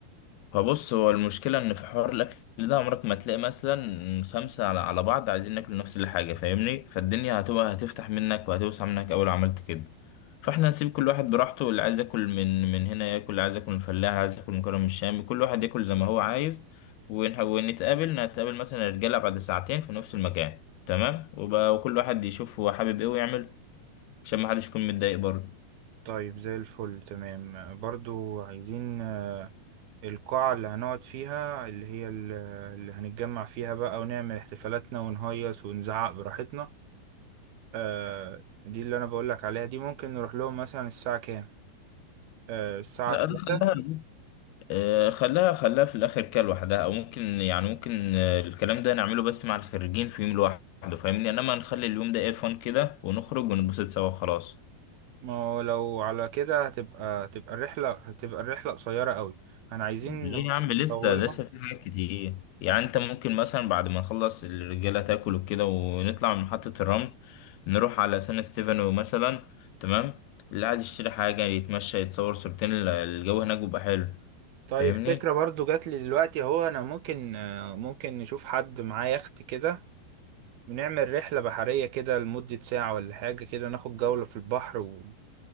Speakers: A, on the left; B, on the right.
A: فبص هو المشكلة إن في حوار الأكل ده عمرك ما تلاقي مثلا خمسة على على بعض عايزين ناكل نفس الحاجة فاهمني فالدنيا هتبقى هتفتح منك وهتوسع منك أول عملت كده فاحنا نسيب كل واحد براحته اللي عايز ياكل من من هنا ياكل اللي عايز ياكل من الفلاح اللي عايز ياكل من كرم الشام كل واحد ياكل زي ما هو عايز ونح- ونتقابل نتقابل مثلا الرجالة بعد ساعتين في نفس المكان تمام وبقى وكل واحد يشوف هو حابب ايه ويعمل عشان ما حدش يكون متضايق برضه
B: طيب زي الفل تمام برضو عايزين آه، القاعة اللي هنقعد فيها اللي هي ال- اللي هنتجمع فيها بقى ونعمل احتفالاتنا ونهيص ونزعق براحتنا آه، دي اللي أنا بقولك عليها دي ممكن نروح لهم مثلا الساعة كام؟ آه، الساعة
A: لا
B: تلاتة
A: ده خلاها آه، خلاها خلاها في الاخر كده لوحدها او ممكن يعني ممكن آه، الكلام ده نعمله بس مع الخريجين في يوم لوحده فاهمني انما نخلي اليوم ده ايه فن كده ونخرج ونتبسط سوا خلاص
B: ما هو لو على كده هتبقى هتبقى الرحلة هتبقى الرحلة قصيرة قوي أنا عايزين
A: ليه يا عم
B: نطولها
A: لسه لسه في حاجات كتير يعني انت ممكن مثلا بعد ما نخلص الرجاله تاكل وكده ونطلع من محطه الرمل نروح على سان ستيفانو مثلا تمام اللي عايز يشتري حاجه يتمشى يتصور صورتين ال- الجو هناك بيبقى حلو
B: طيب
A: فاهمني
B: فكرة برضو جات لي دلوقتي اهو أنا ممكن آه، ممكن نشوف حد معاه يخت كده بنعمل رحلة بحرية كده لمدة ساعة ولا حاجة كده ناخد جولة في البحر و...